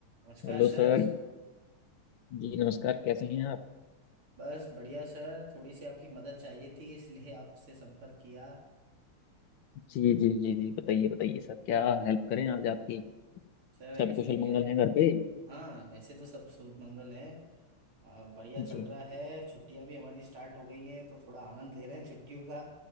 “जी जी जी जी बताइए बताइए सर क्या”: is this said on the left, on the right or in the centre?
Left